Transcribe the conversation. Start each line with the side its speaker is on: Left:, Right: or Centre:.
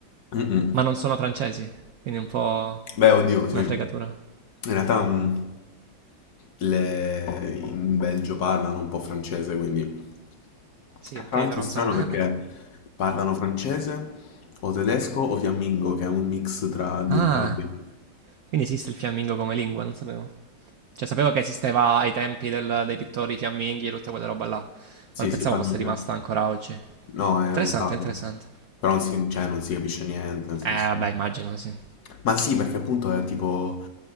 Left: Mm-mm.
Right: ma non sono francesi, quindi è un po'
Left: Beh, oddio, sì.
Right: una
Left: In
Right: fregatura.
Left: realtà mm, le- in Belgio parlano un po' francese, quindi...
Right: Sì,
Left: Tra
Right: ok,
Left: l'altro
Right: però
Left: è strano
Right: insomma.
Left: perché parlano francese o tedesco o fiammingo, che è un mix tra di
Right: Ah,
Left: entrambi.
Right: quindi esiste il fiammingo come lingua, non sapevo. Cioè, sapevo che esisteva ai tempi del- dei pittori fiamminghi e tutta quella roba là, ma
Left: Sì,
Right: non pensavo
Left: sì, parlo
Right: fosse
Left: per-
Right: rimasta ancora oggi.
Left: No, è
Right: Interessante,
Left: usato,
Right: interessante.
Left: però non si, cioè, non si capisce niente, nel senso-
Right: Eh, vabbè, immagino, sì.
Left: Ma sì, perché appunto è tipo